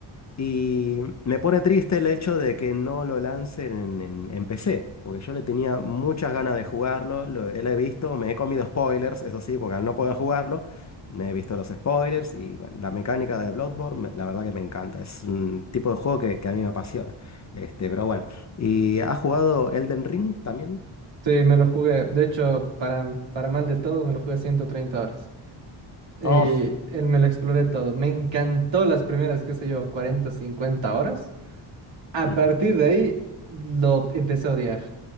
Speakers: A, on the left; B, on the right.
A: Y me pone triste el hecho de que no lo lancen en, en- en PC, porque yo le tenía muchas ganas de jugarlo, lo, lo he visto, me he comido spoilers, eso sí, porque al no poder jugarlo, me he visto los spoilers y bueno, la mecánica de Bloodborne, me- la verdad que me encanta, es un tipo de juego que, que a mí me apasiona. Este, pero bueno, ¿y has jugado Elden Ring también?
B: Sí, sí, me lo jugué. De hecho, para, para mal de todo, me lo jugué 130 horas. Y
A: Oh,
B: él me lo exploré todo. Me encantó las primeras, qué sé yo, 40, 50 horas.
A: <laughs>
B: A
A: mm,
B: partir de ahí, lo empecé a odiar.